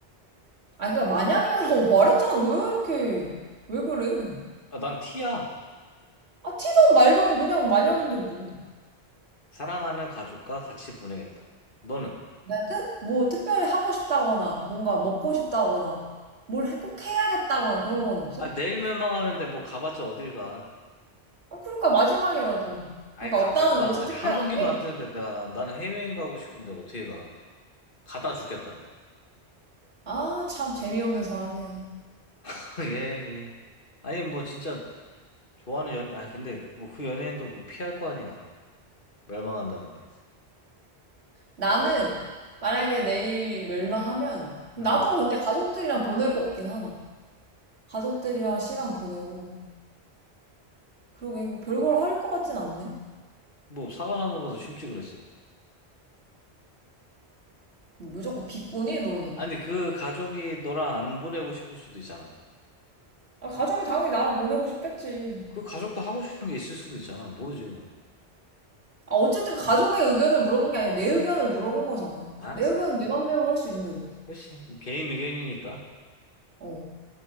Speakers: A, on the right; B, on the left.
A: 아, 그니까 만약에라고 <laughs> 말했잖아. 왜 이렇게, 왜 그래?
B: 아, 난 T야.
A: 아, 티든 말든 그냥 만약인데
B: 음.
A: 뭐.
B: 사랑하는 가족과 같이 보내겠다. 너는?
A: 그냥 끝? 뭐 특별히 하고 싶다거나 뭔가 먹고 싶다거나 뭘 해- 꼭 해야겠다거나 그런 건 없어?
B: 아, 내일 멸망하는데 뭐 가봤자 어딜 가?
A: 아, 그러니까 마지막이라도.
B: 아예
A: 그러니까
B: 가,
A: 없다는
B: 못 가.
A: 거지 특별한
B: 항공기도
A: 게.
B: 안 뜨는데 내가, 나는 해외여행 가고 싶은데 어떻게 가? 가다 죽겠다.
A: 아, 참 재미없는 사람이네.
B: <laughs> 예, 예. 아니, 뭐, 진짜, 좋아하는 연예, 아, 근데, 뭐, 그 연예인도 뭐, 피할 거 아니야. 멸망한다는데.
A: 나는 만약에 내일 멸망하면 나도
B: 음.
A: 근데 가족들이랑 보낼 것 같긴 하다. 가족들이랑 시간 보내고 그러게 뭐 별걸 할 것 같진 않네.
B: 뭐, 사과나무라도 심지 그랬어.
A: 뭐 무조건 비꼬니 너는?
B: 아니, 그 가족이 너랑 안 보내고 싶을 수도 있잖아.
A: 아, 가족이 당연히 나랑 보내고 싶겠지.
B: 그 가족도 하고 싶은 게 있을 수도 있잖아. 모르지, 그건.
A: 아, 어쨌든 가족의 의견을 물어본 게 아니라 내 의견을 물어본 거잖아.
B: 알았어.
A: 내 의견은 내 맘대로 할 수 있는데 왜?
B: 그치. 개인 의견이니까.
A: 어.